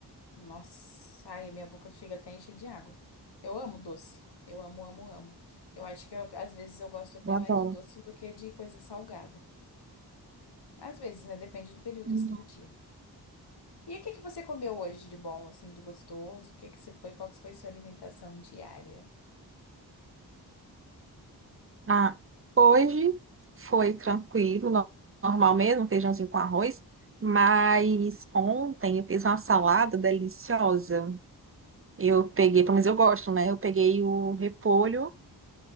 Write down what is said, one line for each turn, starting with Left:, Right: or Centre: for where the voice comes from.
Left: Nossa, ai, a minha boca chega até a encher de água. Eu amo doce. Eu amo, amo, amo. Eu acho que eu- às vezes eu gosto até
Right: Eu adoro.
Left: mais de doce do que de coisa salgada. Às vezes, né? Depende do período,
Right: Hum.
Left: assim, do dia. E o que que você comeu hoje de bom, assim, de gostoso? O que que você foi? Qual que foi sua alimentação diária?
Right: Ah, hoje foi tranquilo, no- normal mesmo, feijãozinho com arroz. Mas ontem eu fiz uma salada deliciosa. Eu peguei, pelo menos eu gosto, né? Eu peguei o repolho,